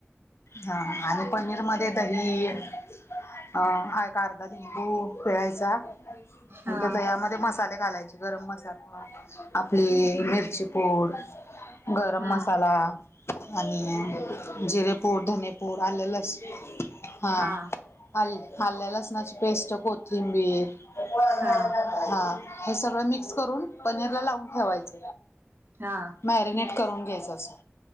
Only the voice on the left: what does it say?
हा आणि पनीर, मध्ये दही अं हा एक अर्धा लिंबू पिळायचा
आणि त्या दह्यामध्ये मसाले घालायचे गरम मसाला आपली मिरची पूड गरम
मसाला आणि जरे पूड धने पूड आले लसूण हां
आल्या लसणाची पेस्ट कोथिंबीर
हा हे सगळं मिक्स करून पनीर ला लावून ठेवायचं
मॅरिनेट करून घ्यायचां असं